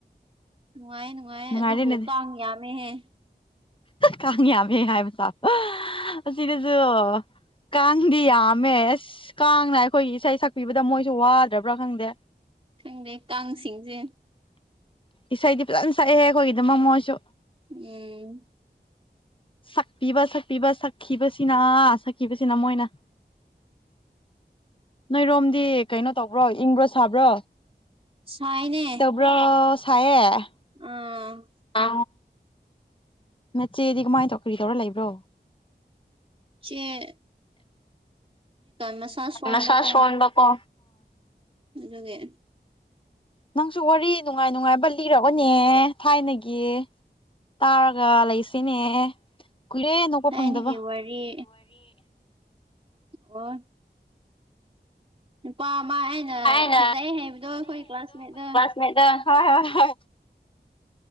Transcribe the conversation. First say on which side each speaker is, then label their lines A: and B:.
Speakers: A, on the right; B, on the left.
A: ꯅꯨꯡꯉꯥꯏ ꯅꯨꯡꯉꯥꯏ
B: ꯅꯨꯡꯉꯥꯏꯔꯦꯅꯦ
A: ꯑꯗꯨꯕꯨ ꯀꯥꯡ ꯌꯥꯝꯃꯦꯍꯦ
B: ꯀꯥꯡ ꯌꯥꯝꯃꯦ ꯍꯥꯏꯕꯁꯥ ꯑꯁꯤꯗꯁꯨ ꯀꯥꯡꯗꯤ ꯌꯥꯝꯃꯦꯁ ꯀꯥꯡꯅ ꯑꯩꯈꯣꯏꯒꯤ ꯏꯁꯩ ꯁꯛꯄꯤꯕꯗ ꯃꯣꯏꯁꯨ ꯋꯥꯗ꯭ꯔꯕ꯭ꯔꯥ ꯈꯪꯗꯦ
A: ꯈꯪꯗꯦ ꯀꯥꯡꯁꯤꯡꯁꯦ
B: ꯏꯁꯩꯗꯤ ꯐꯖꯅ ꯁꯛꯑꯦ ꯑꯩꯈꯣꯏꯒꯤꯗ ꯃꯣꯃꯣꯁꯨ
A: ꯎꯝ
B: ꯁꯛꯄꯤꯕ ꯁꯛꯄꯤꯕ ꯁꯛꯈꯤꯕꯁꯤꯅ ꯁꯛꯈꯤꯕꯁꯤꯅ ꯃꯣꯏꯅ ꯅꯣꯏꯔꯣꯝꯗꯤ ꯀꯩꯅꯣ ꯇꯧꯕ꯭ꯔꯣ ꯏꯪꯕ꯭ꯔꯣ ꯁꯥꯕ꯭ꯔꯣ
A: ꯁꯥꯏꯅꯦ
B: ꯕ꯭ꯔꯣ ꯁꯌꯦ
A: ꯎꯝ
B: ꯑ ꯃꯦꯆꯦꯗꯤ ꯀꯃꯥꯏꯅ ꯇꯧ ꯀꯔꯤ ꯇꯧꯔ ꯂꯩꯕ꯭ꯔꯣ
A: ꯆꯦ ꯃꯁꯥ ꯁꯣꯟꯕꯀꯣ
B: ꯃꯁ ꯁꯣꯟꯕꯀꯣ
A: ꯑꯗꯨꯦ
B: ꯅꯪꯁꯨ ꯋꯥꯔꯤ ꯅꯨꯡꯉꯥꯏ ꯅꯨꯡꯉꯥꯏꯕ ꯂꯤꯒꯅꯦ ꯊꯥꯏꯅꯒꯤ ꯇꯥꯔꯒ ꯂꯩꯁꯤꯅꯦ ꯀꯨꯂꯦ ꯅꯣꯛꯄ
A: ꯊꯥꯏꯅꯒꯤ
B: ꯐꯪꯗꯕ
A: ꯋꯥꯔꯤ ꯑꯣ ꯅꯨꯄꯥ ꯑꯃ ꯑꯩꯅ
B: ꯊꯥꯏꯅ
A: ꯐꯖꯩ ꯍꯥꯏꯩꯕꯗꯣ ꯑꯩꯈꯣꯏ ꯀ꯭ꯂꯥꯁꯃꯦꯠꯅ
B: ꯃꯗ ꯍꯣꯏ ꯍꯣꯏ ꯍ